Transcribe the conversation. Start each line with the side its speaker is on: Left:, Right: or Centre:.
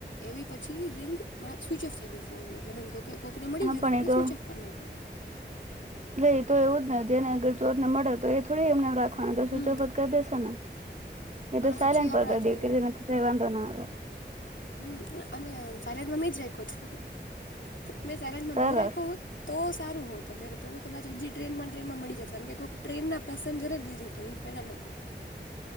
Left: એવી પછી રિંગ સ્વિચઓફ થઈ ગયો ફોન મતલબ એમ કોકને મળી
Right: હા
Left: ગયોને
Right: પણ એ તો
Left: સ્વિચઓફ કર નાયખો.
Right: એતો એવું જ ને જેને અગર ચોર ને મળે તો એ થોડી એમને હા, તો
Left: હમ
Right: સ્વિચઓફ જ કરી દેશે ને, એતો
Left: અને
Right: સાયલેન્ટ
Left: પછી આપણા
Right: પર
Left: જે
Right: કરી દે વાંધો ના આવે.
Left: હમ અને સાયલેન્ટ માં મેજ રાયખો તો. મેં સાયલેટમાં
Right: સરસ
Left: નો રાયખો હોટ તો સારું હોત અગર કદાચ હજી ટ્રેનમાં ટ્રેનમાં મળી જતે ટ્રેન ના પેસેન્જર જ લીધો હતો.